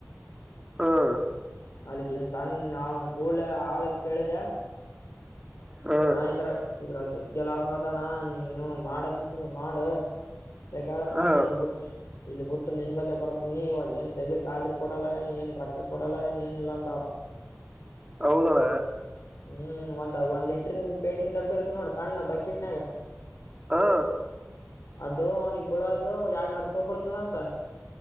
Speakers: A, on the right (about 15°); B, on the left (about 85°).
A: ಹ್ಮ
B: ಅಲ್ಲಿಕ್ಕೆನ್ ಸಣ್ಣ ಅವನ ಕೂಲ ಆಳಿಗ ಕೇಳಿದೆ
A: ಹ್ಮ್
B: ಅಣ ಇದ್ರ ಇದ್ರಾಗ ಜಗ್ಗೆ ಲಾಭ ಅದಣ ನೀನೂ ಮಾಡದಿತ್ತ ಅಂದ್ರ ಮಾಡ. ಬೇಕಾದ್ರೆ
A: ಹಾ
B: ನಾನು ಇಲ್ ಬುಟ್ಟು ಇಲ್ಲಿ ಬಿಟ್ಟು ನಿನ್ ಬಲ್ಲೇ ಬರ್ತೀನಿ ಇವ ಏನ್ ಜಗ್ಗಿ ಸ್ಯಾಲ್ರಿ ಕೊಡಲ್ಲ ಏನ ಏನ್ ರೊಕ್ಕ ಕೊಡಲ್ಲ ಏನ ಏನ ಇಲ್ಲ ಅಂದ ಅವ್
A: ಹೌದದಣ
B: ಹ್ಮ್ ಒಂದ ಒಂದ್ ಲಿ ಪೇಟಿನ ಡಬ್ಬ ಇರುತ್ತ ನೋಡ್ ಸಣ್ಣ ಬಕಿಟ್ನಾಗ
A: ಹಾ
B: ಅದು ಅವ್ನಿಗ ಬಿಳದು ಎಡ್ನೂರು ರೂಪಾಯಿ ಬಳ್ತದಂತ